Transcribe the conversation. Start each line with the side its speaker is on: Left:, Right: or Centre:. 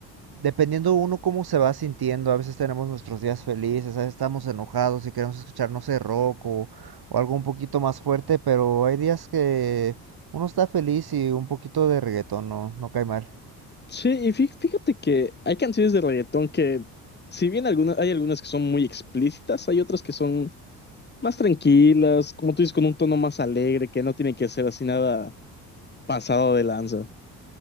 Right: Dependiendo uno cómo se va sintiendo, a veces tenemos nuestros días felices, a veces estamos enojados y queremos escuchar, no sé, rock o, o algo un poquito más fuerte, pero hay días que uno está feliz y un poquito de reggaetón no, no cae mal.
Left: Sí, y fí- fíjate que hay canciones de reggaetón que, si bien algunas, hay algunas que son muy explícitas, hay otras que son más tranquilas, como tú dices, con un tono más alegre, que no tiene que ser así nada pasado de lanza.